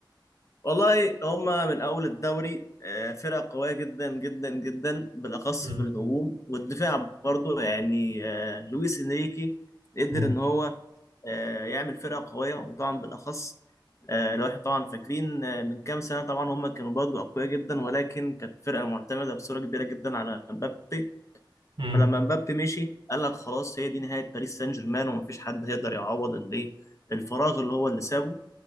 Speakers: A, on the left; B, on the right.
A: والله هما من أول الدوري آه، فرقة قوية جدا جدا جدا بالأخص
B: مم.
A: في الهجوم والدفاع برضو يعني آه، لويس إنريكي قدر
B: مم.
A: إن هو آه، يعمل فرقة قوية وطبعا بالأخص آه، لو إحنا طبعا فاكرين آه، من كام سنة طبعا هما كانوا برضو أقوياء جدا ولكن كانت فرقة معتمدة بصورة كبيرة جدا على مبابي
B: مم.
A: فلما مبابي مشي قال لك خلاص هي دي نهاية باريس سان جيرمان ومفيش حد هيقدر يعوض الإيه الفراغ اللي هو اللي سابه